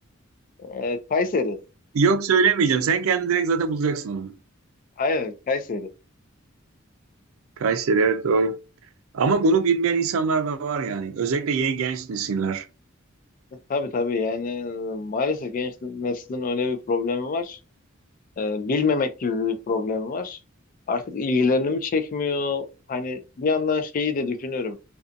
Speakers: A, on the left; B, on the right.
A: Eee, <laughs> Kayseri.
B: Yok söylemeyeceğim. Sen kendin direkt zaten bulacaksın onu.
A: Aynen Kayseri.
B: Kayseri evet doğru. Ama bunu bilmeyen insanlar da var yani. Özellikle yeni genç nesiller.
A: Tabii tabii yani e, maalesef genç neslin öyle bir problemi var. E, bilmemek gibi bir problem var. Artık ilgilerini mi çekmiyor? Hani bir yandan şeyi de düşünüyorum.